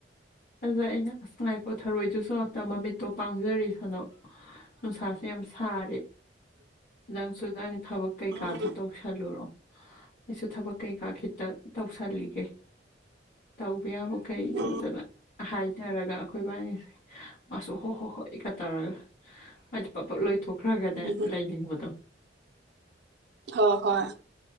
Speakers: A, on the left; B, on the right.
A: ꯑꯗ ꯑꯩꯅ ꯑꯁ ꯉꯥꯏꯄꯣ ꯊꯔꯣꯏꯗꯨꯁꯨ ꯑꯇ ꯃꯃꯤꯠꯇꯣ ꯄꯥꯡꯖꯔꯤꯁꯅꯨ ꯅꯨꯡꯁꯥꯁꯦ ꯌꯥꯝ ꯁꯥꯔꯦ ꯅꯪꯁꯨ ꯅꯪ ꯊꯕꯛ
B: ꯎꯝ
A: ꯀꯩꯀꯥꯗꯨ ꯇꯧꯁꯜꯂꯨꯔꯣ ꯑꯩꯁꯨ ꯊꯕꯛ ꯀꯩꯀꯥ ꯈꯤꯇ ꯇꯧꯁꯜꯂꯤꯒꯦ ꯇꯧꯕ ꯌꯥꯕ ꯀꯩꯗꯝꯖꯕ
B: ꯎꯝ
A: ꯍꯥꯏꯊꯔꯒ ꯑꯩꯈꯣꯏ ꯏꯕꯥꯅꯤꯁꯦ ꯃꯥꯁꯨ ꯍꯣ ꯍꯣ ꯍꯣꯏ ꯏꯀ ꯇꯧꯔꯒ ꯍꯥꯏꯗꯤ ꯄ ꯄꯣꯠ ꯂꯣꯏꯊꯣꯛ ꯈꯔ ꯈꯔꯗꯤ
B: ꯎꯝ
A: ꯂꯩꯅꯤꯡꯕꯗꯣ
B: ꯍꯣꯏ ꯍꯣꯏ